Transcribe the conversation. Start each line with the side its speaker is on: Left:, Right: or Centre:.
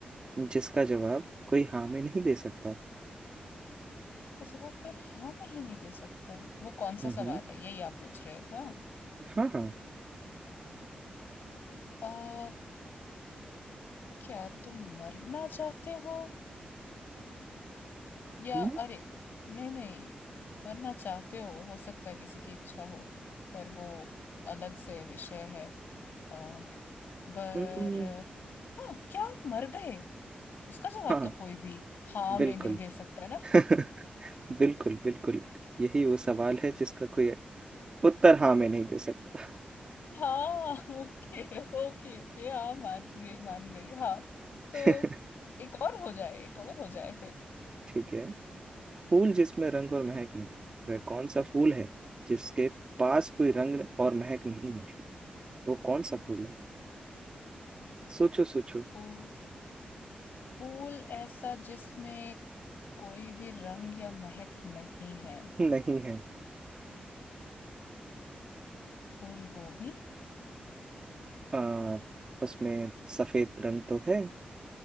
Right: जिसका जवाब कोई हाँ में नहीं दे सकता
Left: जिसका जवाब कोई हाँ में ही नहीं दे सकता है वो कौन
Right: हम्म
Left: सा सवाल है यही आप पूछ रहे हैं हाँ
Right: हाँ हाँ
Left: आ, क्या तुम मरना चाहते हो या
Right: हम्म
Left: अरे नहीं नहीं मरना चाहते हो हो सकता है किसी की इच्छा हो पर वो अलग से विषय है आ, पर
Right: हम्म,
Left: हाँ क्या आप मर गए उसका जवाब
Right: हाँ
Left: तो कोई भी हाँ
Right: बिल्कुल
Left: में नहीं दे सकता है ना
Right: <laughs> बिल्कुल बिल्कुल यही वो सवाल है जिसका कोई उत्तर हाँ में नहीं दे सकता
Left: हाँ <laughs> ओके ओके ओके हाँ मान गई मान गई हाँ
Right: <laughs>
Left: तो एक और हो जाए एक और हो जाए फिर
Right: ठीक है फूल जिसमें रंग और महक नहीं वह कौन सा फूल है जिसके पास कोई रंग और महक नहीं है वो कौन सा फूल है सोचो सोचो
Left: फूल फूल ऐसा जिसमें कोई भी रंग या महक नहीं है
Right: नहीं है
Left: फूल गोभी
Right: आ, उसमें सफेद रंग तो है